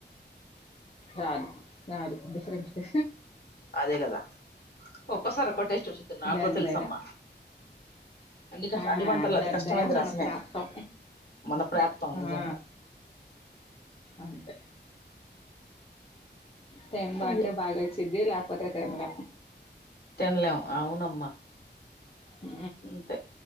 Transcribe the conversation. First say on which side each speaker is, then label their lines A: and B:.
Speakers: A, on the left; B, on the left.
A: రాదు రాదు రేంచు తే
B: అదే కదా ఒక్కోసార్ ఒకో టెస్ట్ వస్తుందని నాకు
A: దాని
B: కూడా తెల్సమ్మ
A: దయ
B: అన్ని కష్ట
A: ఆ,
B: అన్ని వంటల్లో
A: దాని
B: అతి కష్టమైంది
A: దయ మన
B: రసమే
A: ప్రాప్తం
B: మన ప్రాప్తం
A: ఆ,
B: నిజంగా
A: అంతే టంబా
B: అదే
A: అంటే బాగా వచ్చిది లేకపో ఉత్తర కేేరళ
B: తినలం అవునమ్మా
A: ఉ
B: అంతే